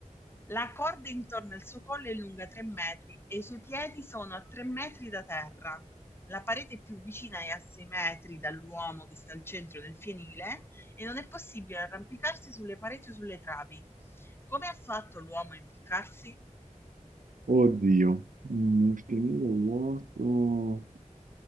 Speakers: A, on the left; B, on the right.
A: La corda intorno al suo collo è lunga 3 metri e i suoi piedi sono a 3 metri da terra. La parete più vicina è a 6 metri dall'uomo che sta al centro del fienile e non è possibile arrampicarsi sulle pareti o sulle travi. Come ha fatto l'uomo a impiccarsi?
B: Oddio, Mm, finire vuoto.